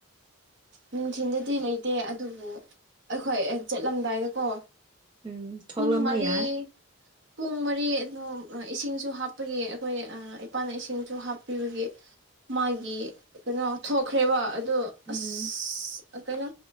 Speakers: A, on the right; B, on the right.
A: ꯅꯨꯡꯊꯤꯟꯗꯗꯤ ꯂꯩꯇꯦ ꯑꯗꯨꯕꯨ ꯑꯩꯈꯣꯏ ꯆꯠꯂꯝꯗꯥꯏꯗꯀꯣ
B: ꯎꯝ ꯊꯣꯛꯂꯝꯕ
A: ꯄꯨꯡ ꯃꯔꯤ
B: ꯌꯥꯏ
A: ꯄꯨꯡ ꯃꯔꯤ ꯑꯗꯨ ꯏꯁꯤꯡꯁꯨ ꯍꯥꯞꯄꯒꯤ ꯑꯩꯈꯣꯏ ꯏꯄꯥꯅ ꯏꯁꯤꯡꯁꯨ ꯍꯥꯞ ꯄꯤꯕꯒꯤ ꯃꯥꯒꯤ ꯀꯩꯅꯣ ꯊꯣꯛꯈ꯭ꯔꯦꯕ ꯑꯗꯣ
B: ꯎꯝ
A: ꯑꯁ ꯑꯥ ꯀꯩꯅꯣ